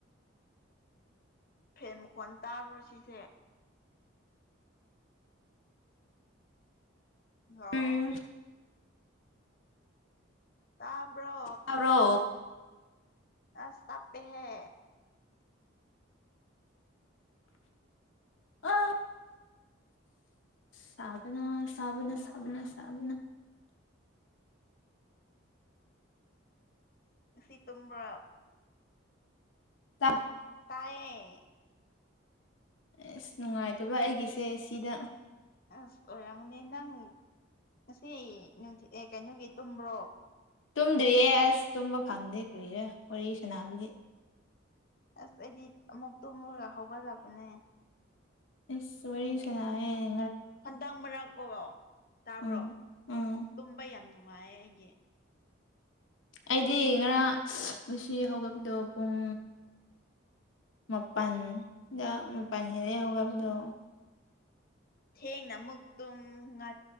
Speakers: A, on the left (about 45°); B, on the left (about 75°).
A: ꯐꯦꯟ ꯃꯈꯣꯟ ꯇꯥꯕ꯭ꯔꯣ ꯁꯤꯁꯦ ꯑ
B: ꯎꯝ
A: ꯇꯥꯕ꯭ꯔꯣ
B: ꯇꯥꯕ꯭ꯔꯣ
A: ꯑ ꯆꯞꯄꯦ ꯍꯥꯏꯦ
B: ꯑ ꯆꯕꯅ ꯆꯕꯅ ꯆꯕꯅ ꯁꯥꯕꯅ
A: ꯁꯤ ꯇ꯭ꯔꯥ
B: ꯇ
A: ꯇꯌꯦ
B: ꯑꯁ ꯅꯨꯡꯉꯥꯏꯇꯕ ꯑꯩꯒꯤꯁꯦ ꯁꯤꯗ
A: ꯑꯁ ꯑꯣꯏꯔꯥꯃꯨꯅꯤ ꯅꯪ ꯉꯁꯤ ꯅꯨꯡꯊꯤ ꯀꯩꯅꯣꯒꯤ ꯇꯨꯝꯕ꯭ꯔꯣ
B: ꯇꯨꯝꯗ꯭ꯔꯤꯌꯦ ꯑꯁ ꯇꯨꯝꯕ ꯐꯪꯗꯦ ꯀꯔꯤꯔꯥ ꯋꯥꯔꯤ ꯁꯅꯥꯅꯕꯒꯤ
A: ꯑꯁ ꯑꯩꯗꯤ ꯑꯃꯨꯛꯇꯣꯃꯨꯔꯒ ꯍꯧꯒꯠꯂꯛꯄꯅꯦ
B: ꯏꯁꯁ ꯋꯥꯔꯤ ꯋꯥꯔꯤ ꯁꯅꯥꯑꯦ
A: ꯍꯟꯇꯥꯡ ꯃꯔꯥꯛꯀ ꯇꯥꯕ꯭ꯔꯣ
B: ꯎꯝ ꯎꯝ
A: ꯇꯨꯝꯕ ꯌꯥꯝ ꯅꯨꯡꯉꯥꯏ ꯅꯨꯡꯉꯥꯏꯌꯦ ꯑꯩꯒꯤ
B: ꯑꯩꯗꯤ ꯉꯔꯥꯡ ꯉꯁꯤ ꯍꯧꯒꯠꯈꯤꯕꯗꯣ ꯄꯨꯡ ꯃꯥꯄꯜꯗ ꯃꯄꯜ ꯍꯦꯜꯂꯦ ꯍꯧꯒꯕꯗꯣ
A: ꯊꯦꯡꯅ ꯑꯃꯨꯛ ꯇꯨꯝ ꯉ